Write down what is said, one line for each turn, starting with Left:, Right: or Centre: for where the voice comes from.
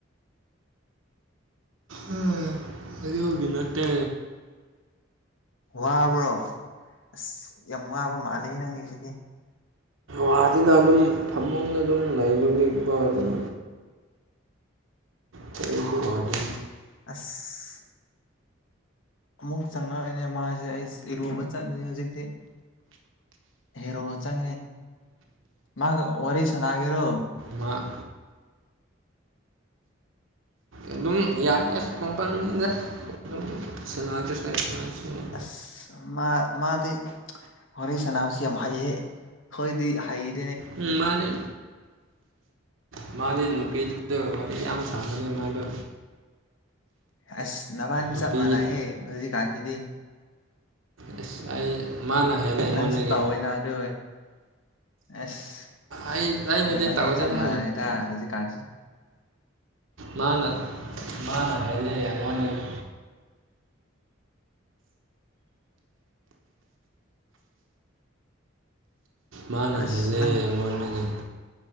Right: ꯎꯝ ꯅꯠꯇꯦ
Left: ꯋꯥꯕ꯭ꯔꯣ ꯑꯁ ꯌꯥꯝ ꯋꯥꯕ ꯃꯥꯂꯦꯍꯦ ꯅꯪꯒꯤꯁꯤꯗꯤ
Right: ꯄꯥꯗꯦꯗ ꯑꯗꯨꯝ ꯐꯃꯨꯡꯗ ꯑꯗꯨꯝ ꯂꯩꯕꯒꯤꯕ ꯑꯗꯨꯝ ꯀꯔꯤꯁꯨ ꯋꯥꯗꯦ
Left: ꯑꯁ ꯑꯃꯨꯛ ꯆꯪꯉꯛꯌꯦꯅꯦ ꯃꯥꯁꯦ ꯑꯩ ꯏꯔꯨꯕ ꯆꯠꯂꯤꯅꯤ ꯍꯧꯖꯤꯛꯇꯤ ꯍꯦꯔꯣ ꯆꯪꯉꯦ ꯃꯥꯒ ꯋꯥꯔꯤ ꯁꯥꯥꯟꯅꯒꯦꯔꯣ
Right: ꯑꯃ ꯑꯗꯨꯝ ꯌꯥꯏ ꯑꯁ ꯃꯄꯥꯜ ꯅꯤꯗ ꯑꯗꯨꯝ ꯁꯥꯟꯅꯔꯁꯨ ꯌꯥꯢ ꯁꯥꯟꯅꯗ꯭ꯔꯁꯨ ꯌꯥꯢ
Left: ꯑꯁ ꯃꯥ ꯃꯥꯗꯤ ꯋꯥꯔꯤ ꯁꯥꯟꯅꯕꯁꯦ ꯌꯥꯝ ꯍꯩꯌꯦ ꯛꯩꯈꯣꯢꯗꯤ ꯍꯩꯇꯦ
Right: ꯎꯝ ꯃꯥꯗꯤ ꯎ ꯃꯥꯗꯤ ꯅꯨꯄꯤꯗꯨꯗ ꯋꯥꯔꯤ ꯌꯥꯝ ꯁꯥꯕꯅꯦ ꯃꯥꯗꯣ
Left: ꯑꯁ ꯅꯕꯥꯅꯤ
Right: ꯅꯨꯄꯤ
Left: ꯆꯞ ꯃꯥꯟꯅꯩꯍꯦ ꯍꯧꯖꯤꯛꯀꯥꯟꯁꯤꯗꯤ
Right: ꯑꯦꯁ ꯑꯩ ꯃꯥꯅ ꯍꯦꯜꯂꯦ ꯑꯩꯉꯣꯟꯗꯒꯤ
Left: ꯅꯪꯁꯨ ꯇꯧꯋꯦꯅ ꯑꯗꯨ ꯑꯁ
Right: ꯑꯩ ꯑꯩꯅꯗꯤ
Left: ꯅꯕꯥꯏꯅꯤ
Right: ꯇꯧꯗꯦꯗ
Left: ꯆꯥꯞ ꯃꯥꯅꯩꯗ ꯍꯧꯖꯤꯛꯀꯥꯟꯁꯤ
Right: ꯃꯥꯅ ꯃꯥꯅ ꯍꯦꯜꯂꯤ ꯑꯩꯉꯣꯟꯗꯒꯤ ꯃꯥꯅ
Left: ꯑꯁ
Right: ꯍꯦꯜꯂꯦ ꯑꯩꯉꯣꯟꯗꯒꯤ